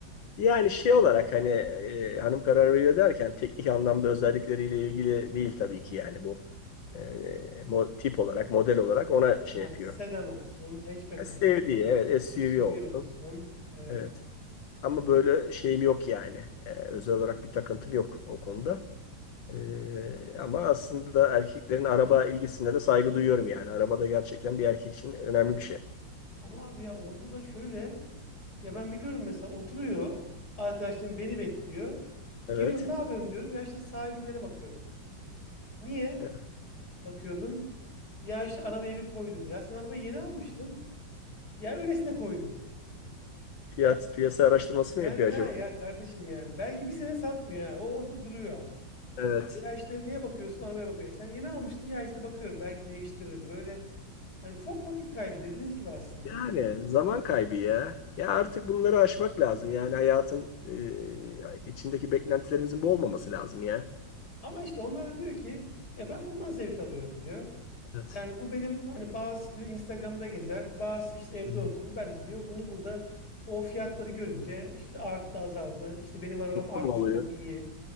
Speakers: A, on the left; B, on the left.
A: yani şey olarak hani e, hanım karar veriyor derken teknik anlamda özellikleriyle ilgili değil tabii ki yani bu. Ee, mo- tip olarak, model olarak ona şey
B: yani
A: yapıyor.
B: sedan olsun, hatchback
A: Sevdiği
B: olsun.
A: evet SUV
B: SUV
A: olsun.
B: olsun. Evet.
A: Evet. Ama böyle şeyim yok yani. Ee, özel olarak bir takıntım yok o konuda. Ee, ama aslında erkeklerin araba ilgisine de saygı duyuyorum yani. Araba da gerçekten bir erkek için önemli bir şey.
B: Ama abi ya onda da şöyle ya ben biliyorum mesela oturuyor arkadaşlarım beni bekliyor.
A: Evet.
B: Geliyorum ne yapıyorsun diyorum. Ya işte sahibinlere bakıyordum. Niye
A: Evet.
B: bakıyordun? Ya işte arabayı bir koydum. Ya sen arabayı yeni almıştın. Ya öylesine koydum.
A: Fiyat piyasa araştırması
B: Yani
A: mı yapıyor
B: ha
A: acaba?
B: ya kardeşim yani. Belki bir sene satmıyor ha. O orada duruyor ama.
A: Evet.
B: Ya işte niye bakıyorsun? Arabaya bakıyorsun? sen yeni almıştın. Ya işte bakıyorum. Belki değiştiririm. Böyle hani çok vakit kaybı dediğiniz gibi aslında.
A: Yani zaman kaybı ya. Ya artık bunları aşmak lazım. Yani hayatın e, içindeki beklentilerimizin bu olmaması lazım ya.
B: Ama işte onlar da diyor ki ya ben bundan zevk alıyorum diyor.
A: Evet.
B: Yani bu benim hani bazısı diyor Instagram'da gezer, bazısı işte evde
A: Hı.
B: oturur. Ben de diyor bunu burada o fiyatları görünce işte arttı azaldı. İşte benim arabam
A: Mutlu
B: artmış
A: mu oluyor?
B: o iyi.